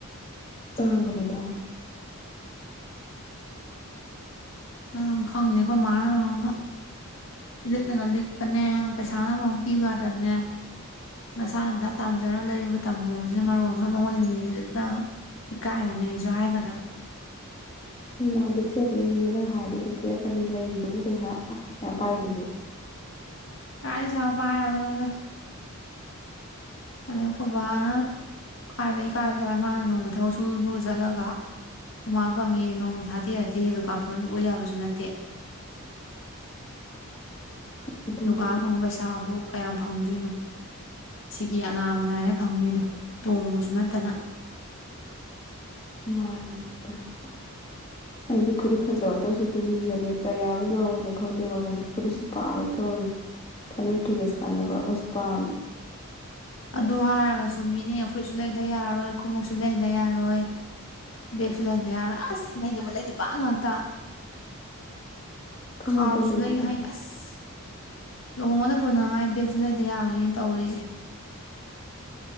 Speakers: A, on the left; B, on the left.
A: ꯇꯥꯡꯕꯅꯦ ꯇꯥꯡꯕꯅꯤ
B: ꯅꯪ ꯈꯪꯅꯤ ꯑꯩꯈꯣꯏ ꯃꯥꯅ ꯃꯔꯝ ꯑꯃ ꯂꯤꯛꯂꯒ ꯂꯤꯛꯄꯅꯦ ꯄꯩꯁꯥꯅ ꯃꯔꯣꯝ ꯄꯤꯌꯨ ꯌꯥꯗꯕꯅꯦ ꯅꯁꯥꯅ ꯅꯁꯥ ꯇꯥꯟꯖꯔꯒ ꯂꯩꯕ ꯇꯝꯃꯨꯕꯖꯤꯅ ꯃꯔꯣꯜ ꯑꯃ ꯃꯉꯣꯟꯗ ꯅꯤꯕꯗꯨꯃ ꯏꯀꯥꯏꯔꯝꯃꯦ ꯑꯩꯁꯨ ꯍꯥꯏꯒꯗꯕ
A: ꯅꯣꯏ ꯃꯥ ꯂꯤꯛꯆꯕꯩꯅꯦꯍꯦ ꯅꯪ ꯍꯥꯏꯔꯗꯤ ꯑꯗꯨꯝ ꯄꯤꯔꯛꯀꯅꯤ ꯂꯩꯔꯤꯗꯨꯕꯨ ꯄꯩꯁꯥ ꯌꯥꯝ ꯄꯥꯏꯗꯨꯕꯨ
B: ꯀꯥꯏꯗꯩ ꯄꯩꯁꯥ ꯄꯥꯏꯕꯅꯣꯗ ꯑꯗꯣ ꯑꯩꯈꯣꯏ ꯕꯥꯅ ꯀꯥꯏꯗꯒꯤ ꯀꯥꯏ ꯄꯩꯁꯥꯅ ꯃꯥꯅ ꯅꯣꯡꯃ ꯊꯕꯛ ꯁꯨ ꯂꯨꯔ ꯆꯠꯂꯒ ꯑꯩꯈꯣꯏ ꯃꯥ ꯐꯪꯉꯤ ꯅꯣꯡꯃꯗꯤ ꯍꯥꯇꯦ ꯍꯥꯠꯇꯦ ꯗꯨꯀꯥꯟ ꯐꯝꯃꯤ ꯑꯣꯏ ꯌꯥꯕꯁꯨ ꯅꯠꯇꯦ
A: ꯑꯗꯨꯕꯨꯗꯤ
B: ꯗꯨꯀꯥꯟ ꯐꯪꯕ ꯄꯩꯁꯥꯕꯨ ꯀꯌꯥꯝ ꯐꯪꯗꯣꯏꯅꯣ ꯁꯤꯀꯤ ꯑꯅꯥ ꯃꯉꯥꯏꯔꯦ ꯐꯪꯗꯣꯏꯗꯣ ꯇꯣꯡꯕꯁꯨ ꯅꯠꯇꯅ
A: ꯃꯥꯅꯤꯅꯦ ꯑꯗꯨꯁꯨ ꯑꯩꯗꯤ ꯐꯨꯔꯤꯠ ꯐꯖꯕ ꯑꯝꯇꯁꯨ ꯇꯨꯅꯤꯡꯕꯅꯦ ꯀꯌꯥꯃꯨꯛ ꯌꯧꯕꯅꯣ ꯈꯪꯗꯦ ꯃꯃꯜꯖꯦ ꯐꯨꯔꯤꯠ ꯄꯥꯝꯃꯤ ꯇꯧꯔꯤꯖꯦ ꯐꯅꯦꯛ ꯐꯤꯒ ꯆꯥꯟꯅꯕ ꯑꯃꯖꯨ ꯄꯥꯝ
B: ꯑꯗꯨ ꯍꯥꯏꯔꯒꯁꯨ ꯃꯤꯅꯦ ꯐꯨꯔꯤꯠꯁꯨ ꯂꯩꯗ ꯌꯥꯔꯣꯏ ꯈꯨꯣꯡꯎꯞꯁꯨ ꯂꯩꯗ ꯌꯥꯔꯣꯏ ꯕꯦꯒꯁꯨ ꯂꯩꯗ ꯌꯥꯔꯣꯏ ꯑꯁ ꯂꯩꯗꯧꯕꯒꯤ ꯂꯩꯗꯧꯕ ꯉꯥꯛꯇ
A: ꯀꯃꯥꯏꯅ
B: ꯈꯥꯎꯁꯨ
A: ꯇꯧꯗꯣꯏꯅꯣ
B: ꯂꯩ
A: ꯑꯗꯨꯕꯨ
B: ꯍꯥꯏ ꯑꯁ ꯂꯨꯍꯣꯡꯉꯗ ꯄꯨꯅꯉꯥꯏ ꯕꯦꯒꯁꯨ ꯂꯩꯇ ꯌꯥꯔꯣꯏ ꯇꯧꯔꯤꯁꯦ